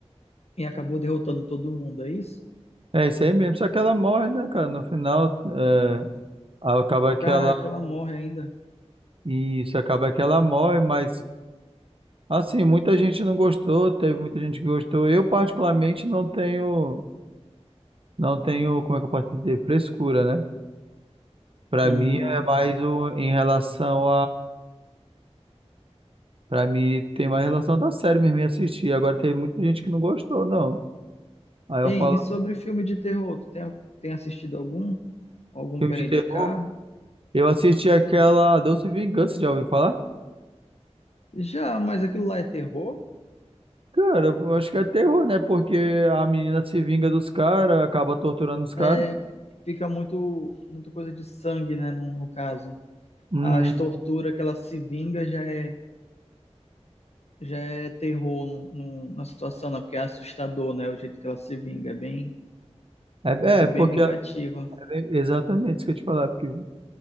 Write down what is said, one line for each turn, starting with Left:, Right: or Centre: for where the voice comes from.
Left: e acabou derrotando todo mundo, é isso?
Right: É esse aí mesmo, só que ela morre, né, cara? No final, é, acaba que
Left: Caraca,
Right: ela.
Left: ela morre ainda.
Right: Isso, acaba que ela morre, mas assim, muita gente não gostou, teve muita gente que gostou. Eu, particularmente, não tenho. Não tenho, como é que eu posso dizer? Frescura, né? Pra
Left: Uhum.
Right: mim é mais o, em relação Pra mim tem mais relação da série mesmo, e assistir. Agora teve muita gente que não gostou, não. Aí eu
Left: Ei,
Right: falo,
Left: e sobre filme de terror, tu tem, tem assistido algum? Algum
Right: filme
Left: pra
Right: de
Left: indicar?
Right: terror, eu assisti aquela Doce Vingança, já ouviu falar?
Left: Já, mas aquilo lá é terror?
Right: Cara, eu acho que é terror, né? Porque a menina se vinga dos caras, acaba torturando os caras.
Left: É, fica muito, muita coisa de sangue, né, no no caso.
Right: Hum,
Left: as torturas que ela se vinga já é, já é terror no, no- na situação, né? Porque é assustador, né? O jeito que ela se vinga, é bem,
Right: é,
Left: é
Right: é,
Left: bem
Right: porque
Left: vingativa.
Right: é bem- exatamente isso que eu ia te falar, porque